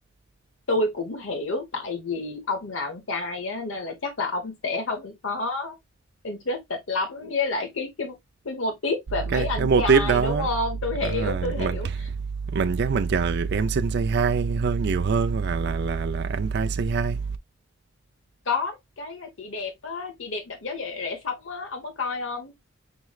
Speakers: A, on the left; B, on the right.
A: tôi cũng hiểu tại vì ông là con trai á nên là chắc là ông sẽ không có interested lắm với lại cái cái cái mô típ về mấy
B: Cái
A: anh
B: cái mô
A: trai
B: típ đó,
A: đúng không tôi hiểu
B: đúng rồi,
A: tôi
B: mình
A: hiểu
B: mình chắc mình chờ "Em Xinh Say Hi" hơn nhiều hơn là là là là "Anh Trai Say Hi".
A: có cái à, chị đẹp á chị đẹp đạp gió rẻ rẻ sóng á ông có coi không